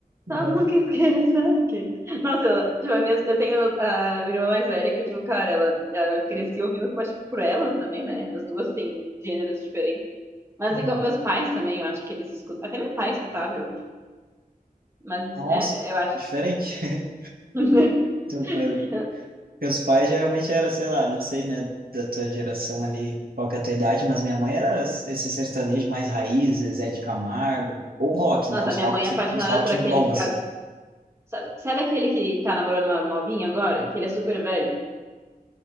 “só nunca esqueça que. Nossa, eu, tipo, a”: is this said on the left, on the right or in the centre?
Right